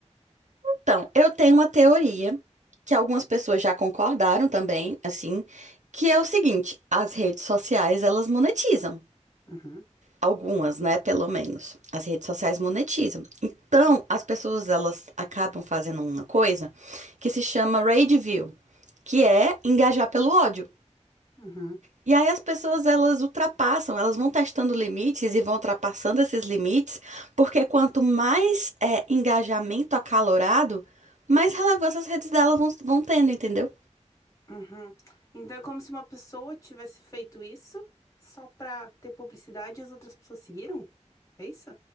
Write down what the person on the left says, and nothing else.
Uhum,
uhum,
uhum. Então é como se uma pessoa tivesse feito isso só pra ter publicidade e as outras pessoas seguiram? É isso?